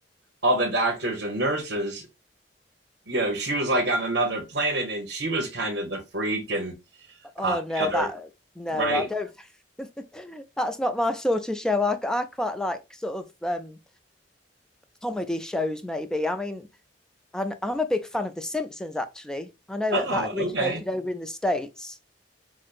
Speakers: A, on the right; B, in the centre.
A: all the doctors and nurses, you know, she was like on another planet and she was kind of the freak. And
B: Oh
A: uh,
B: no,
A: the other,
B: that no,
A: right?
B: I don't. <laughs> That's not my sort of show. I I quite like sort of um comedy shows maybe. I mean, And I'm a big fan of The Simpsons, actually. I know
A: Oh,
B: that that originated
A: okay.
B: over in the States,